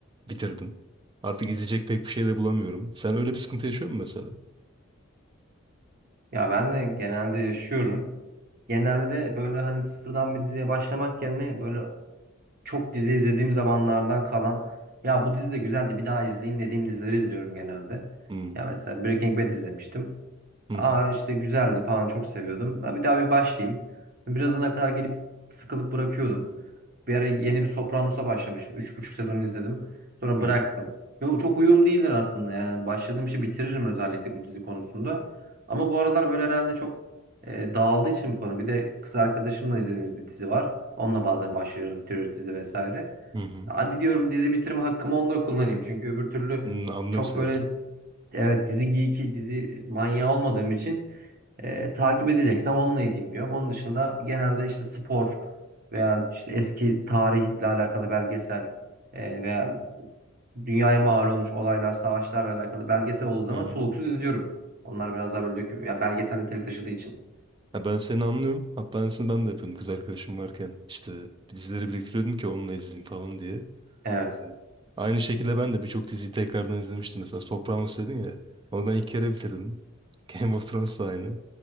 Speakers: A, on the right; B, on the right.
A: Bitirdim. Artık izleyecek pek bir şey de bulamıyorum. Sen öyle bir sıkıntı yaşıyor musun mesela?
B: Ya ben de genelde yaşıyorum. Genelde böyle hani sıfırdan bir diziye başlamak yerine böyle çok dizi izlediğim zamanlardan kalan ya bu dizi de güzeldi bir daha izleyeyim dediğim dizileri izliyorum genelde.
A: Hmm.
B: Ya mesela Breaking Bad izlemiştim.
A: Hı
B: Aa
A: hı.
B: işte güzeldi falan çok seviyordum. Ben bir daha bir başlayayım. Birazına kadar gelip sıkılıp bırakıyordum. Bir ara yeni bir Sopranos'a başlamışım. Üç buçuk sezon izledim. Sonra
A: Hı
B: bıraktım.
A: hı.
B: Yo, çok uyum değildir aslında yani. Başladığım işi bitiririm özellikle bu dizi konusunda. Ama bu aralar böyle herhalde çok e, dağıldığı için bu konu. Bir de kız arkadaşımla izlediğimiz bir dizi var. Onunla bazen başlıyoruz, bitiriyoruz dizi vesaire.
A: Hı hı.
B: Hadi diyorum dizi bitirme hakkımı onda kullanayım. Çünkü öbür türlü
A: Hmm, Anlıyorum
B: çok
A: seni.
B: böyle evet dizi geeki, dizi manyağı olmadığım için e, takip edeceksem onunla edeyim diyorum. Onun dışında genelde işte spor veya işte eski tarihle alakalı belgesel e, veya dünyaya mal olmuş olaylar, savaşlarla alakalı belgesel olduğu zaman
A: Hı hı.
B: soluksuz izliyorum. Onlar biraz daha böyle döküm, ya belgesel niteliği taşıdığı için.
A: Ya ben seni anlıyorum. Hatta aynısını ben de yapıyordum kız arkadaşım varken. İşte dizileri biriktiriyordum ki onunla izleyeyim falan diye.
B: Evet.
A: Evet. Aynı şekilde ben de birçok diziyi tekrardan izlemiştim. Mesela Sopranos dedin ya. Onu ben ilk kere bitirdim. <laughs> Game of Thrones da aynı.